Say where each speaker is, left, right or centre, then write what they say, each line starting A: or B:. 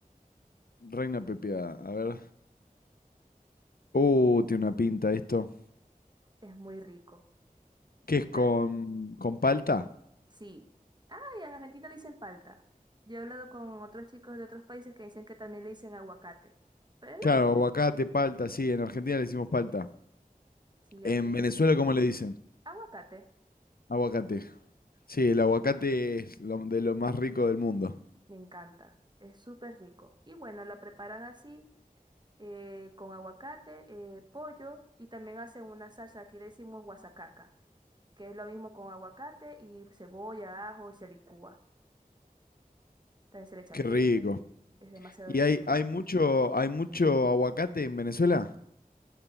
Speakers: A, on the left; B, on the right.
A: Reina pepiada, a ver. Uh, tiene una pinta esto.
B: Es muy rico.
A: ¿Qué es
B: La,
A: con, con palta?
B: sí. Ah, y en Argentina le dicen palta. Yo he hablado con otros chicos de otros países que dicen que también le dicen aguacate. Pero es
A: Claro,
B: lo mismo.
A: aguacate, palta, sí, en Argentina le decimos palta.
B: Sí,
A: En
B: aquí,
A: Venezuela, ¿cómo le dicen?
B: aguacate.
A: Aguacate. Sí, el aguacate es lo- de lo más rico del mundo.
B: Me encanta, es súper rico. Y bueno, la preparan así, eh, con aguacate, eh, pollo y también hacen una salsa, aquí le decimos guasacaca, que es lo mismo con aguacate y cebolla, ajo y se licúa. También se le echa
A: Qué
B: queso,
A: rico.
B: es demasiado
A: ¿Y
B: rico.
A: hay, hay mucho, hay mucho aguacate en Venezuela?